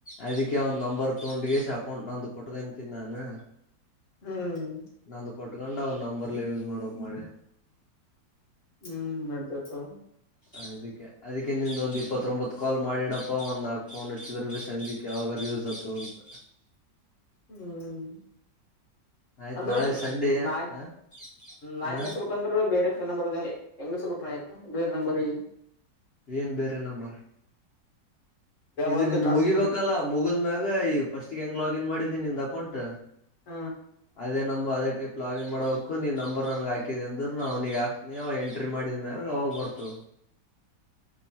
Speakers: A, on the left; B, on the left.
A: ಅದಿಕ್ಕೆ ಅವ್ ನಂಬರ್ ತೊಗೊಂಡಗ ಎಸ್ ಅಕೌಂಟ್ ನಂದು ಕೊಟ್ಕಂತೀನಿ ನಾನು.
B: ಹ್ಮ್
A: ನಂದು ಕೊಟ್ಕೊಂಡ್ ಅವ ನಂಬರ್ಲೆ ಯೂಸ್ ಮಾಡಕ್ ಮಾಡಿದೆ.
B: ಹ್ಮ್ ನಡಿತಿ ತೊಗೊ.
A: ಹದಕ್ಕೆ. ಅದಕ್ಕೆ ನಿಂದ ಒಂದ ಇಪ್ಪತ್ತತ್ರೋಬಂತು ಕಾಲ್ ಮಾಡಿಡಪ್ಪಾ ಒಂದ್ ನಾಕ್ ಫೋನ್ ಹಚ್ಚಿದ್ರರು ಸಂಜೆಕ್ ಯಾವಾಗ ಯೂಸ್ ಆಗ್ತದಂತ.
B: <inaudible> ಹ್ಮ್
A: ಆಯ್ತ್
B: ಅಂದ್ರೆ
A: ನಾಳೆ ಸಂಡೆ
B: ನಾನ
A: ಹ
B: ನಾನಿಗ
A: ಹ
B: ಹಚ್ಚಬೇಕು. ಬಂದ್ರ ಬೇರೆಫೋನ್ ನಂಬರ್ ಇದಗೆ ಹೆಂಗ ಬ ಬೇರೆ ನಂಬರ್.
A: ಏನು ಬೇರೆ ನಂಬರ್. ಇದು
B: ಒಂದು
A: ನಿಂದು
B: ಟಾಸ್ಕ್
A: ಮುಗಿಬೇಕಲ್ಲ. ಮುಗಿದ ಮ್ಯಾಗ ಈಗ ಫಸ್ಟ್ ಹೆಂಗ್ ಲಾಗಿನ್ ಮಾಡಿದೀನಿ ನಿಂದ ಅಕೌಂಟ್
B: ಹ
A: ಅದೇ ನಮ ಅದೇ. ಟೈಪ್ ಲಾಗಿನ್ ಮಾಡೋಕು ನೀ ನಂಬರ್ ನನಗೆ ಹಾಕಿದಿದೆ ಅಂದ್ರೆ ನಾ ಅವ್ನಿಗೆ ಹಾಕ್ತನಿ ಅವ ಎಂಟ್ರಿ ಮಾಡಿದ ಮ್ಯಾಗ ಅವಾಗ ಬರ್ತವೆ.
B: <inaudible>